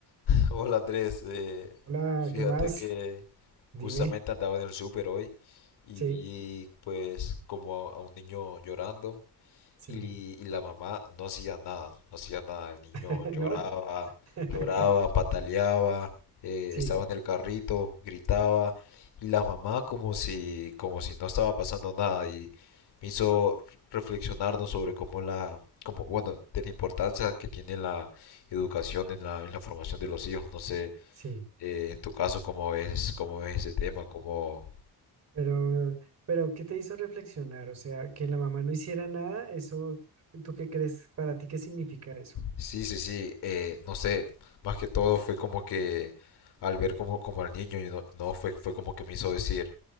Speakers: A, on the left; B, on the right.
A: <laughs> Hola Andrés, eh,
B: Hola,
A: fíjate
B: ¿qué más?
A: que
B: Dime.
A: justamente andaba en el súper hoy y
B: Sí,
A: vi pues como a, a un niño llorando
B: sí.
A: y, y la mamá no hacía nada, no hacía nada. El niño
B: <laughs>
A: lloraba,
B: ¿No? <laughs>
A: lloraba, pataleaba, eh,
B: Sí,
A: estaba en el carrito, gritaba. Y la mamá como si, como si no estaba pasando nada. Y me hizo reflexionarnos sobre cómo la, como, bueno, de la importancia que tiene la educación en la, en la formación de los hijos. No sé,
B: sí.
A: eh, en tu caso, cómo es, cómo es ese tema, cómo,
B: Pero, pero, ¿qué te hizo reflexionar? O sea, que la mamá no hiciera nada, eso, ¿tú qué crees? ¿Para ti qué significa eso?
A: Sí, sí, sí, eh, no sé, más que todo fue como que al ver como, como al niño, y no, no, fue, fue como que me hizo decir,